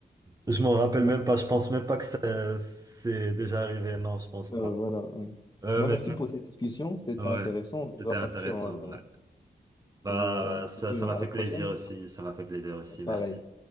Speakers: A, on the right (about 20°); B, on the left (about 25°).
A: Je m'en rappelle
B: <laughs>
A: même pas, je pense même pas que ça- c'est déjà arrivé, non, je pense
B: Non,
A: pas.
B: euh, voilà. oui.
A: Euh,
B: Bon,
A: mais
B: merci pour cette discussion, c'était
A: Ouais,
B: intéressant. Je
A: c'était
B: dois
A: intéressant.
B: partir. hein.
A: ouais. Bah,
B: Euh, On
A: ça,
B: se dit
A: ça
B: à
A: m'a fait
B: la prochaine.
A: plaisir aussi. Ça m'a fait plaisir aussi.
B: Pareil.
A: Merci.